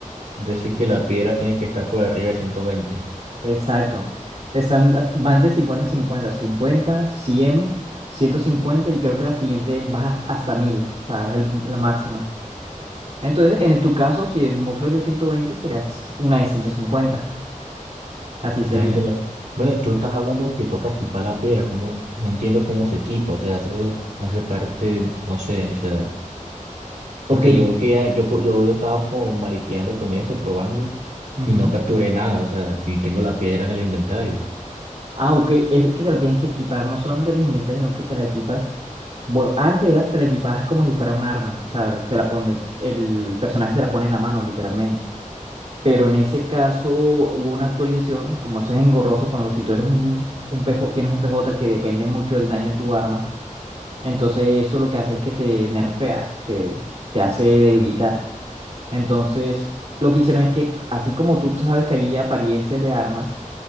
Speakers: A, on the right; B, on the right.
A: es decir que la piedra tiene que estar por arriba de 120.
B: Exacto. Están as- más de 50 en cincuenta cincuenta, cien ciento cincuenta y creo que la siguiente va hasta 1000, o sea, es el- la máxima. Entonces, en tu caso, si el monstruo es de 120, serás una de 150. Así sería.
A: Ah, entiendo. Bueno, tú estás hablando que toca equipar la piedra, como no entiendo cómo se equipa, o sea, eso es- hace parte, no sé, o sea,
B: Ok.
A: porque yo que ya, yo, co- yo estaba como mariqueando con eso, probando,
B: ujú.
A: y no capturé nada, o sea, y tengo la piedra en el inventario.
B: Ah, ok. Es que te la tienes que equipar, no solamente en el inventario, sino que te la equipas. Bueno, antes eras, te la equipabas como si fuera un arma. O sea, te la pone, el personaje se la pone en la mano, literalmente. Pero en ese caso hubo una actualización, como eso es engorroso, por ejemplo, si tú eres un, un PJ, tienes un PJ que depende mucho del daño de tu arma, entonces esto lo que hace es que te nerfea, te, te hace debilitar. Entonces, lo que hicieron es que, así como tú sabes que hay apariencias de armas,